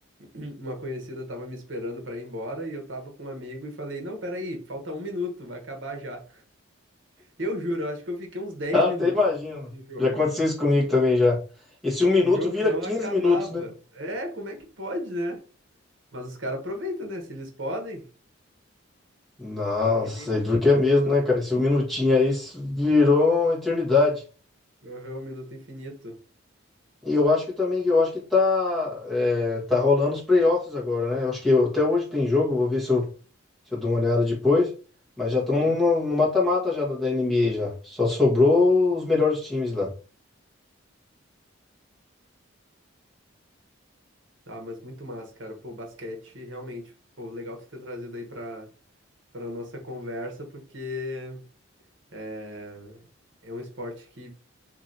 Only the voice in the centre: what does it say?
Ah,
até imagino.
Já aconteceu isso comigo também já. Esse um minuto
vira
15
minutos, né?
Nossa,
e duro que
é mesmo,
né, cara? Esse um minutinho aí s- virou uma eternidade.
E eu acho que também, eu acho que tá, é, tá rolando os playoffs agora, né? Eu acho que eu- até hoje tem jogo, vou ver se eu, se eu dou uma olhada depois. Mas já estão
no no- no mata-mata já da, da NBA já. Só sobrou os melhores times lá.